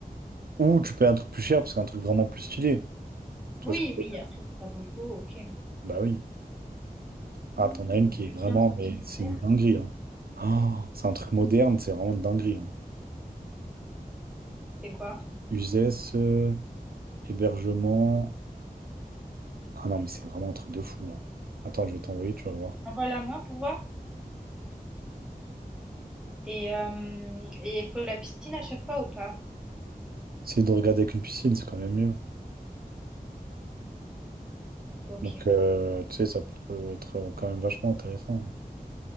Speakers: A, on the right; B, in the centre.
A: Ou tu payes un truc plus cher parce qu'un truc vraiment plus stylé. Tu
B: Oui,
A: vois ce que
B: oui,
A: je veux dire?
B: après, si ça vaut le coup, ok.
A: Bah oui.
B: Hmm,
A: Ah, t'en as une
B: Donc,
A: qui
B: du
A: est vraiment,
B: 15 au
A: mais
B: 17,
A: c'est une dinguerie. Hein. ah c'est un truc moderne, c'est vraiment une dinguerie. Hein.
B: c'est quoi?
A: Uzès. euh, Hébergement. Ah non, mais c'est vraiment un truc de fou. hein. Attends, je vais t'envoyer, tu vas voir.
B: Envoie-la moi pour voir. Et euh, et il faut la piscine à chaque fois ou pas?
A: Essayer de regarder avec une piscine, c'est quand même mieux.
B: Ok.
A: Donc, euh, tu sais, ça peut être euh, quand même vachement intéressant.